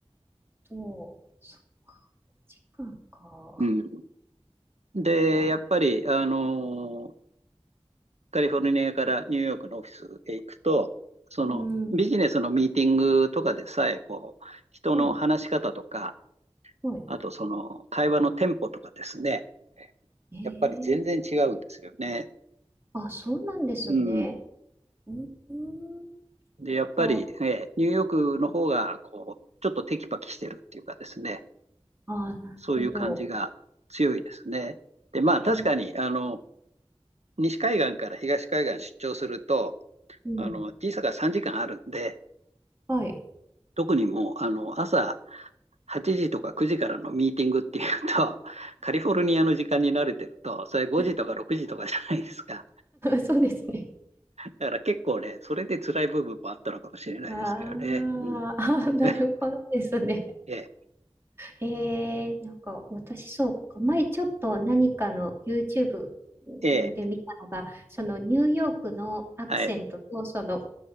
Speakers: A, on the right (about 20°); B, on the right (about 75°).
A: と、そっか、5時間か。
B: うん。で、
A: か。
B: やっぱり、あのカリフォルニアからニューヨークのオフィスへ行くと、そのビジネスのミーティングとかでさえ、
A: うん。
B: こう、人の話し方とか、
A: ほい、ほい。
B: あとその会話のテンポとかですね、
A: ええ
B: やっぱり全然違うんですよね。
A: あ、そうなんですね。
B: うん。
A: うん、うん
B: で、やっぱり、
A: か。
B: え、ニューヨークの方が、こう、ちょっとテキパキしてるっていうかですね、
A: ああ、なるほど。
B: そういう感じが強いですね。で、まあ確かに、
A: え、
B: あの、西海岸から東海岸出張すると、
A: うん。
B: あの、時差が3時間あるんで、
A: はい。
B: 特にもう、あの、朝8時とか9時からのミーティングっていうと、<laughs> カリフォルニアの時間に慣れてると、それ5時とか6時とかじゃないですか。
A: <laughs> そうですね。
B: だから結構ね、それで辛い部分もあったのかもしれないですけどね。
A: あーあー、
B: うん。
A: なるほどですね。
B: <laughs> ええ、
A: えー、なんか私そうか、前ちょっと何かの YouTube
B: ええ、
A: で見たのが、そのニューヨークのアクセントとその
B: はい。